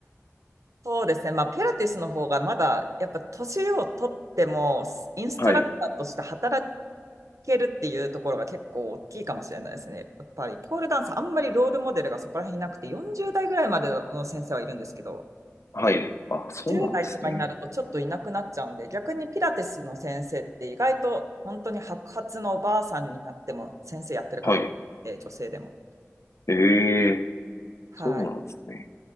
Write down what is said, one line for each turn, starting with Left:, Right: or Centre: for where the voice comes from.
Right: そうですね。まあ、ピラティスの方がまだ、やっぱ年を取っても、インストラクターとして働
Left: はい。
Right: けるっていうところが結構大きいかもしれないですね。やっぱりポールダンス、あんまりロールモデルがそこら辺いなくて、40代ぐらいまでの先生はいるんですけど、
Left: はい。あ、そうなんですね。
Right: 10代とかになるとちょっといなくなっちゃうんで、逆にピラティスの先生って意外と本当に白髪のおばあさんになっても先生やってる方多くて、
Left: はい。
Right: 女性でも。
Left: ええ、
Right: はい。
Left: そうなんですね。